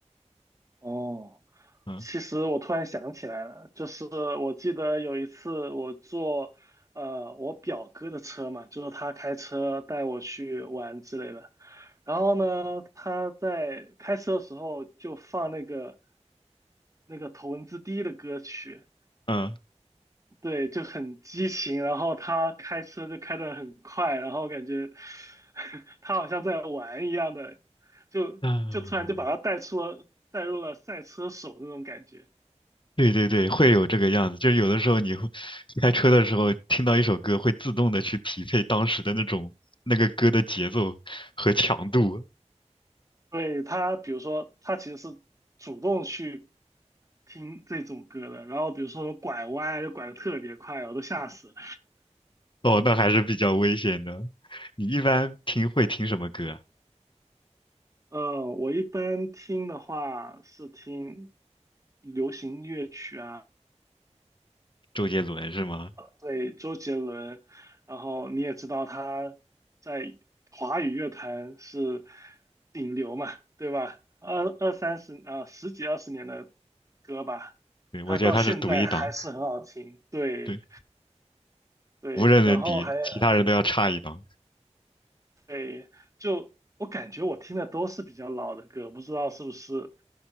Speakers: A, on the right (about 25°); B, on the left (about 45°).
A: 哦。
B: 嗯
A: 其实我突然想起来了，就是我记得有一次我坐呃我表哥的车嘛，就是他开车带我去玩之类的。然后呢，他在开车的时候就放那个那个头文字 D 的歌曲，
B: 嗯
A: 对，就很激情。然后他开车就开得很快，然后感觉 <laughs> 他好像在玩一样的，就就突然就把他带出了带入了赛车手那种感觉。
B: 嗯。对对对，会有这个样子，就是有的时候你会开车的时候听到一首歌，会自动的去匹配当时的那种那个歌的节奏和强度，
A: 对，他，比如说他其实是主动去听这种歌的，然后比如说拐弯就拐的特别快，我都吓死了。
B: 哦，那还是比较危险的。你一般听会听什么歌啊？
A: 呃，我一般听的话是听流行音乐曲啊，
B: 周杰伦是吗？
A: 对，周杰伦，然后你也知道他在华语乐坛是顶流嘛，对吧？二二三十啊，十几二十年的歌吧，
B: 对，我觉得他是独一档，
A: 他到现在还是很好听，对。
B: 对，
A: 对，
B: 无人能敌，
A: 然后还
B: 其他人都要差一档。
A: 呃对，就我感觉我听的都是比较老的歌，不知道是不是